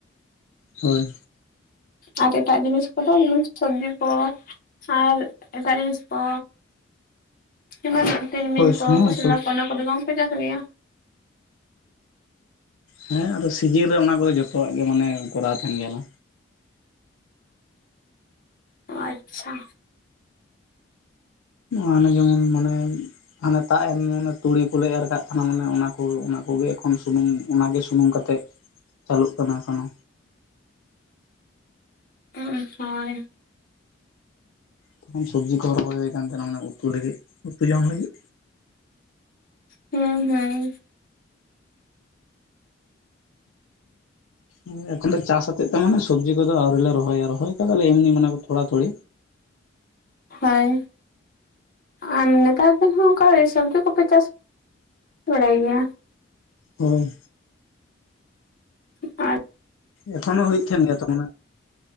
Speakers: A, on the left (about 85°); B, on the left (about 45°).
A: ᱦᱳᱭ
B: ᱟᱨ ᱮᱴᱟᱜ ᱡᱤᱱᱤᱥ ᱠᱚᱫᱚ ᱡᱮᱢᱚᱱ ᱥᱚᱵᱽᱡᱤ ᱠᱚ ᱟᱨ ᱮᱴᱟᱜ ᱡᱤᱱᱤᱥ ᱠᱚ ᱮᱢᱟᱱᱟᱜ᱾ ᱛᱤᱞᱢᱤᱧ
A: ᱦᱳᱭ
B: ᱠᱚ
A: ᱦᱮᱸ
B: ᱠᱚᱥᱞᱟ
A: ᱥᱚᱵ
B: ᱠᱚ ᱚᱱᱟ ᱠᱚᱫᱚ ᱵᱟᱝ ᱯᱮ ᱪᱟᱥ ᱜᱮᱭᱟ᱾
A: ᱦᱮᱸ ᱟᱫᱚ ᱥᱤᱡᱤᱱ ᱨᱮ ᱚᱱᱟ ᱠᱚᱫᱚ ᱡᱚᱛᱚᱣᱟᱜ ᱜᱮ ᱢᱟᱱᱮ ᱠᱚᱨᱟᱣ ᱛᱟᱦᱮᱱ ᱜᱮᱭᱟᱞᱮ᱾
B: ᱚ ᱟᱪᱪᱷᱟ
A: ᱦᱟᱱᱮ ᱡᱮᱢᱚᱱ ᱢᱟᱱᱮ ᱦᱟᱱᱮ ᱛᱟᱜ ᱮᱱ ᱢᱟᱱᱮ ᱛᱩᱲᱤ ᱠᱚᱞᱮ ᱮᱨ ᱠᱟᱜ ᱛᱟᱦᱱᱟ ᱢᱟᱱᱮ ᱚᱱᱟ ᱠᱚ ᱳ ᱚᱱᱟ ᱠᱚᱜᱮ ᱮᱠᱷᱚᱱ ᱥᱩᱱᱩᱢ ᱚᱱᱟᱜᱮ ᱥᱩᱱᱩᱢ ᱠᱟᱛᱮᱜ ᱪᱟᱹᱞᱩᱜ ᱠᱟᱱᱟ ᱮᱠᱷᱚᱱᱚ᱾
B: ᱩᱸᱜ ᱦᱚᱭ
A: ᱛᱚᱠᱷᱚᱱ ᱥᱚᱵᱽᱡᱤ ᱠᱚᱦᱚ ᱨᱚᱦᱚᱭ ᱦᱳᱭ ᱠᱟᱱ ᱛᱟᱦᱮᱱᱟ ᱢᱟᱱᱮ ᱩᱛᱩ ᱞᱟᱹᱜᱤᱫ ᱩᱛᱩ ᱡᱚᱢ ᱞᱟᱹᱜᱤᱫ᱾
B: ᱦᱩᱸ ᱦᱩᱸ
A: <inaudible> ᱮᱠᱷᱚᱱ ᱫᱚ ᱪᱟᱥ ᱟᱛᱮᱫ ᱫᱚ ᱢᱟᱱᱮ ᱥᱚᱵᱽᱡᱤ ᱠᱚᱫᱚ ᱟᱹᱣᱨᱤ ᱞᱮ ᱨᱚᱦᱚᱭᱟ ᱨᱚᱦᱚᱭ ᱠᱟᱫᱟ ᱞᱮ ᱮᱢᱱᱤ ᱢᱟᱱᱮ ᱛᱷᱚᱲᱟ ᱛᱷᱚᱲᱤ᱾
B: ᱦᱚᱭ ᱟᱨ ᱱᱮᱛᱟᱨ ᱫᱤᱱ ᱦᱚᱸ ᱚᱱᱠᱟ ᱥᱚᱵᱽᱡᱤ ᱠᱚᱯᱮ ᱪᱟᱥ ᱵᱟᱲᱟᱭ ᱜᱮᱭᱟ᱾
A: ᱦᱳᱭ
B: ᱟᱪ
A: ᱮᱠᱷᱚᱱᱚ ᱦᱩᱭᱩᱜ ᱛᱟᱦᱮᱱ ᱜᱮᱭᱟ ᱛᱚ ᱢᱟᱱᱮ